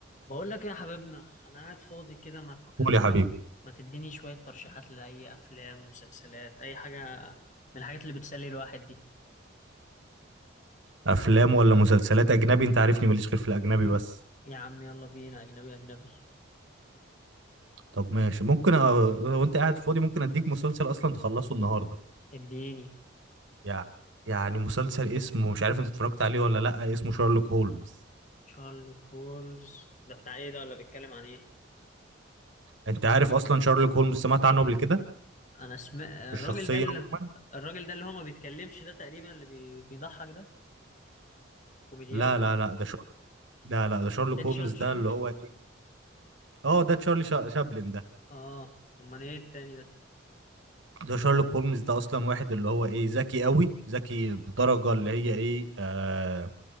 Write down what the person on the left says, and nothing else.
بقول لك ايه يا حبيبنا انا قاعد فاضي كده ما ت-
ما تديني شوية ترشيحات لأي افلام مسلسلات اي حاجة من الحاجات اللي بتسلي الواحد دي
يا عم يلا بينا اجنبي اجنبي
اديني
تشارلي كولز ده بتاع ايه ده ولا بيتكلم عن ايه
انا سمعت الراجل
ده اللي
الراجل ده اللي هو ما بيتكلمش ده تقريبا اللي بي... بيضحك ده كوميديان
التاني
شارل
شامبل
اه امال ايه التاني ده